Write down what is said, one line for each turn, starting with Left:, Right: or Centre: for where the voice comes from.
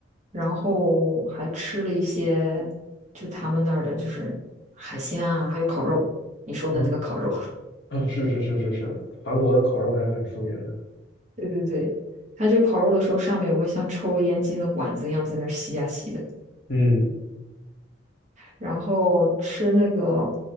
Right: 然后还吃了一些就他们那儿的就是海鲜啊，还有烤肉，你说的那个烤肉。
Left: 啊。啊，是是是是是，韩国的烤肉还是很出名的。
Right: 对对对，它就烤肉的时候上面有个像抽烟机的管子一样在那儿吸呀吸的，
Left: 嗯，
Right: 然后吃那个